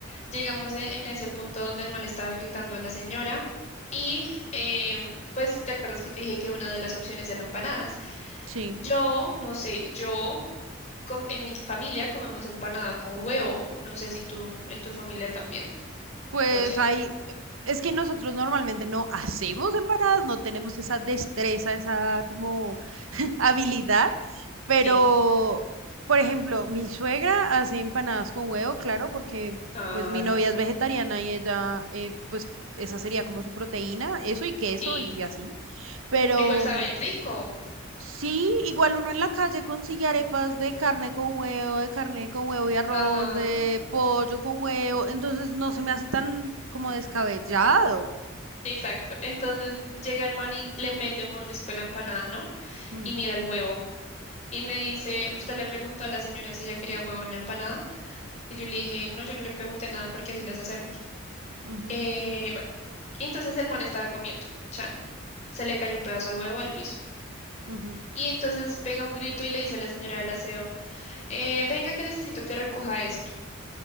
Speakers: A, on the left; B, on the right.
A: llegamos e- en ese punto donde el man le estaba gritando a la señora y em, pues te acuerdas que te dije que una de las opciones era empanadas.
B: sí.
A: Yo, no sé, yo com- en mi familia comemos empanada con huevo, no sé si tú en tu familia también,
B: Pues
A: no sé,
B: ahí, es que nosotros normalmente no hacemos empanadas, no tenemos esa destreza, esa como <laughs> habilidad, Pero,
A: sí,
B: por ejemplo, mi suegra hace empanadas con huevo, claro, porque
A: claro,
B: pues mi novia es vegetariana y ella, eh, pues esa sería como su proteína, eso y queso
A: sí,
B: y así. Pero
A: pero igual saben
B: mm,
A: rico,
B: sí, igual uno en la calle consigue arepas de carne con huevo, de carne con huevo y arroz,
A: ajá.
B: de pollo con huevo, entonces no se me hace tan como descabellado.
A: Exacto. Entonces llega el man y le mete un mordisco a la empanada, ¿no?
B: Mm,
A: y mira el huevo. Y me dice, usted le preguntó a la señora si ella quería huevo en la empanada. Y yo le dije, no, yo no le pregunté nada porque así las hacemos.
B: ujú,
A: Eh, bueno, y entonces el man estaba comiendo, Chan. Se le cayó un pedazo de huevo al piso.
B: ujú,
A: Y entonces pega un grito y le dice a la señora del aseo, "Eh, venga que necesito que recoja esto.